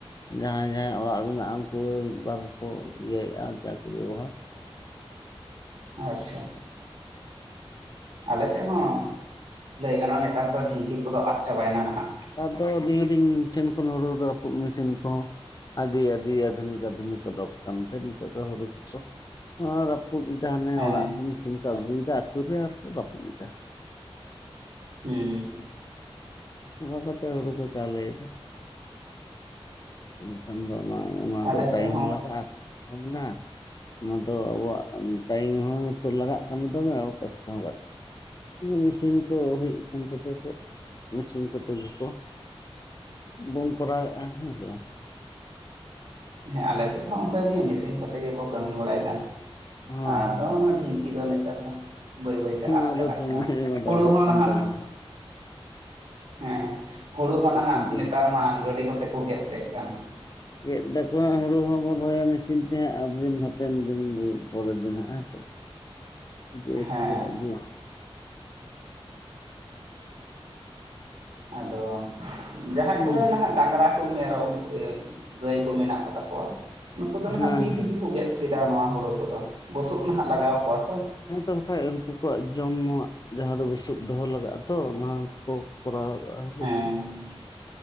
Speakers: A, on the left; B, on the right.
A: ᱡᱟᱦᱟᱸᱭ ᱡᱟᱦᱟᱸᱭ ᱚᱲᱟᱜ ᱢᱮᱱᱟᱜᱼᱟ ᱩᱝᱠᱩ ᱢᱤᱫ ᱵᱟᱨ ᱦᱚᱸᱠᱚ ᱤᱭᱟᱹᱭᱮᱜᱼᱟ ᱡᱟᱜᱮ ᱵᱮᱵᱚᱦᱟᱨ,
B: ᱟᱪᱪᱷᱟ᱾ ᱟᱞᱮᱥᱮᱫ ᱦᱚᱸ ᱞᱟᱹᱭ ᱜᱟᱱᱚᱜᱼᱟ ᱱᱮᱛᱟᱨ ᱫᱚ ᱰᱷᱤᱝᱠᱤ ᱠᱚᱫᱚ ᱟᱫ ᱪᱟᱵᱟᱭᱱᱟ ᱱᱟᱦᱟᱸᱜ᱾
A: ᱟᱫᱚ <unintelligible> ᱴᱷᱮᱱ ᱠᱷᱚᱱ ᱦᱩᱲᱩ ᱨᱟᱹᱯᱩᱫ ᱢᱮᱥᱤᱱ ᱠᱚᱦᱚᱸ ᱟᱹᱰᱤ ᱟᱹᱰᱤ ᱟᱫᱷᱩᱱᱤᱠ ᱟᱫᱷᱩᱱᱤᱠ ᱚᱰᱚᱜ ᱠᱟᱱᱛᱮ ᱱᱤᱛᱚᱜ ᱫᱚ ᱦᱩᱲᱩ ᱠᱚ ᱟᱨ ᱨᱟᱹᱯᱩᱫ ᱮᱫᱟ ᱦᱟᱱᱮ
B: ᱦᱮᱸ
A: ᱚᱲᱟᱜ ᱢᱮᱥᱤᱱ ᱠᱚ ᱟᱹᱜᱩᱭ ᱮᱫᱟ ᱟᱛᱩ ᱨᱮ ᱟᱨᱠᱚ ᱨᱟᱹᱯᱩᱫ ᱫᱟ᱾
B: ᱦᱩᱸ᱾
A: ᱚᱱᱠᱟ ᱠᱟᱛᱮ ᱦᱩᱲᱩ ᱠᱚ ᱪᱟᱣᱞᱮ ᱫᱟ ᱮᱱᱠᱷᱟᱱ ᱫᱚ ᱚᱱᱟ ᱚᱱᱟ
B: ᱟᱞᱮ
A: ᱫᱚ ᱴᱟᱭᱤᱢ
B: ᱥᱮᱫ
A: ᱦᱚᱸ ᱞᱟᱜᱟᱜ <unintelligible> ᱚᱱᱟ ᱫᱚ ᱟᱵᱚᱣᱟᱜ ᱴᱟᱭᱤᱢ ᱦᱚᱸ ᱞᱟᱜᱟᱜ ᱠᱟᱱᱟ ᱛᱚᱵᱮ ᱠᱚᱥᱴᱚ ᱦᱚᱸ ᱠᱟᱹᱴᱤᱡ᱾ ᱩᱸ ᱢᱮᱥᱤᱱ ᱠᱚ ᱦᱩᱭᱩᱜ ᱠᱟᱱ ᱛᱮ ᱛᱚ ᱢᱮᱥᱤᱱ ᱠᱚᱛᱮ ᱜᱮᱠᱚ ᱵᱚᱱ ᱠᱚᱨᱟᱣᱮᱫᱼᱟ ᱦᱮᱸᱥᱮ᱾
B: ᱦᱮᱸ ᱟᱞᱮ ᱥᱮᱫ ᱦᱚᱸ ᱚᱱᱠᱟ ᱜᱮ ᱢᱮᱥᱤᱱ ᱠᱚᱛᱮ ᱜᱮᱠᱚ ᱠᱟᱹᱢᱤ ᱵᱟᱲᱟᱭᱫᱟ
A: ᱵᱟᱝ
B: ᱟᱫᱚ
A: ᱦᱚᱸ
B: ᱚᱱᱟ ᱰᱷᱤᱝ ᱠᱤ ᱫᱚ ᱱᱮᱛᱟᱨ ᱫᱚ ᱡᱟᱦᱟᱸ ᱵᱟᱹᱭ ᱵᱟᱹᱭᱛᱮ
A: ᱦᱚᱸ
B: ᱟᱫ
A: ᱚᱱᱟ
B: ᱪᱟᱞᱟᱜ
A: ᱫᱚ ᱥᱚᱢᱚᱭ
B: ᱠᱟᱱᱟ
A: ᱚᱱᱟ
B: ᱦᱩᱲᱩ
A: ᱫᱚ ᱟᱫᱚᱜ
B: ᱦᱚᱸ
A: ᱠᱟᱱ
B: ᱱᱟᱦᱟᱸᱜ
A: ᱛᱟᱵᱚᱱᱟ
B: ᱦᱮᱸ ᱦᱩᱲᱩ ᱦᱚᱸ
A: ᱢᱮᱥᱤᱱ
B: ᱱᱟᱦᱟᱸᱜ
A: ᱛᱮᱜᱮ
B: ᱱᱮᱛᱟᱨ ᱢᱟ ᱜᱟᱹᱰᱤ ᱠᱚᱛᱮ ᱠᱚ ᱜᱮᱜᱮᱫ ᱠᱟᱱ᱾
A: ᱜᱮᱫ ᱫᱟᱠᱚ ᱦᱟᱸᱜ ᱦᱩᱲᱩ ᱦᱚᱸᱵᱚᱱ ᱨᱚᱦᱚᱭᱟ ᱢᱮᱥᱤᱱ ᱛᱮᱦᱟᱸᱜ ᱟᱵᱤᱱ ᱦᱟᱯᱮᱱ ᱫᱤᱱ ᱯᱚᱨᱮᱨ ᱫᱤᱱ ᱦᱟᱸᱜ ᱦᱮᱸᱥᱮ᱾
B: <inaudible>
A: <inaudible>
B: ᱦᱮᱸ ᱟᱫᱚ ᱡᱟᱦᱟᱸᱭ
A: ᱦᱩᱸ
B: ᱠᱚᱨᱮᱱ
A: ᱦᱩᱸ ᱦᱮᱸ
B: ᱦᱟᱸᱜ ᱰᱟᱝᱨᱟ ᱠᱚ ᱢᱮᱨᱚᱢ ᱜᱟᱹᱭ ᱠᱚ ᱢᱮᱱᱟᱜ ᱠᱚ ᱛᱟᱠᱚᱣᱟ ᱱᱩᱠᱩ ᱫᱚ ᱱᱟᱦᱟᱸᱜ
A: ᱦᱮᱸ
B: ᱛᱤ ᱛᱮᱜᱮ ᱜᱮᱫ ᱦᱚᱪᱚᱭ ᱫᱟ ᱱᱚᱣᱟ ᱦᱩᱲᱳ ᱠᱚᱫᱚ ᱵᱩᱥᱩᱵ ᱱᱟᱦᱟᱸᱜ ᱞᱟᱜᱟᱣ ᱠᱚᱣᱟ ᱛᱚ᱾
A: ᱦᱮᱸ ᱛᱚ ᱵᱟᱠᱷᱟᱡ ᱩᱝᱠᱩ ᱠᱚᱣᱟᱜ ᱡᱚᱢ ᱧᱩᱣᱟᱜ ᱡᱟᱦᱟᱸ ᱫᱚ ᱵᱩᱥᱩᱵ ᱫᱚᱦᱚ ᱞᱟᱜᱟᱜᱼᱟ ᱛᱚ, ᱚᱱᱟ ᱠᱚ ᱠᱚᱨᱟᱣ
B: ᱦᱮᱸ
A: <inaudible>